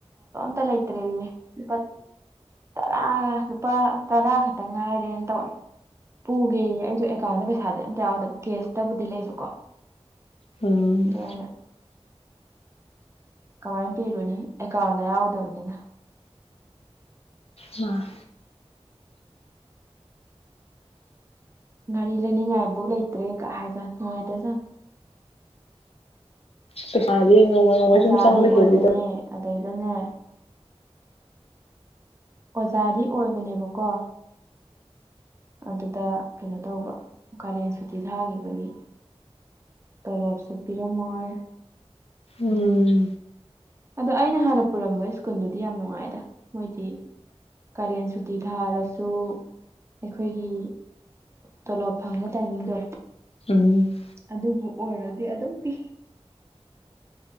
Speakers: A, on the right; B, on the left.
A: ꯐꯠꯇꯂꯇꯔꯤ ꯏꯄꯥ ꯇꯔꯥꯒ ꯂꯨꯄꯥ ꯇꯔꯥ ꯈꯛꯇꯪ ꯉꯥꯏꯔꯦꯅ ꯇꯧꯔꯦ ꯄꯨꯒꯦ ꯑꯩꯁꯨ ꯑꯦꯀꯥꯎꯟꯗ ꯄꯩꯁꯥꯗꯤ ꯑꯝꯇ ꯌꯥꯎꯗꯕ ꯀꯦꯁꯇꯕꯨꯗꯤ ꯂꯩꯕꯀꯣ
B: ꯎꯝ
A: ꯌꯥꯏꯅ ꯀꯃꯥꯏꯅ ꯄꯤꯔꯨꯅꯤ ꯑꯦꯀꯥꯎꯟꯗ ꯌꯥꯎꯗꯕꯅꯤꯅ
B: ꯑ
A: ꯒꯥꯔꯤ ꯂꯩꯅꯤꯡꯉꯥꯏꯐꯧ ꯂꯩꯇ꯭ꯔꯦ ꯀ ꯍꯥꯏꯁ ꯅꯨꯡꯉꯥꯏꯇꯦ ꯁꯥꯔ
B: ꯄꯩꯁꯥꯥꯁꯦ ꯅꯣꯡꯃ ꯅꯣꯡꯃ
A: ꯑꯣꯖꯥꯗꯤ
B: ꯁꯨꯝ ꯆꯪꯕ
A: ꯑꯣꯏꯕꯅꯦ
B: ꯍꯦꯜꯂꯤꯗꯕ
A: ꯑꯗꯩꯗꯅꯦ ꯑꯣꯖꯥꯗꯤ ꯑꯣꯏꯕꯅꯦꯕꯀꯣ ꯑꯗꯨꯗ ꯀꯩꯅꯣ ꯇꯧꯕ ꯀꯥꯔꯦꯟ ꯁꯨꯇꯤ ꯊꯥꯈꯤꯕ ꯑꯗꯒꯤ ꯇꯣꯂꯣꯞꯁꯨ ꯄꯤꯔꯝꯃꯣꯏ ꯑꯗꯨꯒꯤ
B: ꯎꯝ
A: ꯑꯗꯣ ꯑꯩꯅ ꯍꯥꯟꯅ ꯄꯨꯔꯝꯕ ꯁ꯭ꯀꯨꯜꯗꯨꯗꯤ ꯌꯥꯝ ꯅꯨꯡꯉꯥꯏꯗ ꯃꯣꯏꯗꯤ ꯀꯥꯂꯦꯟ ꯁꯨꯇꯤ ꯊꯥꯔꯁꯨ ꯑꯩꯈꯣꯏꯒꯤ ꯇꯣꯂꯣꯞ ꯐꯪꯕ ꯇꯥꯏꯃꯤꯡꯗꯣ
B: ꯎꯝ
A: ꯑꯗꯨꯕꯨ ꯑꯣꯏꯔꯗꯤ ꯑꯗꯨꯝ ꯄꯤ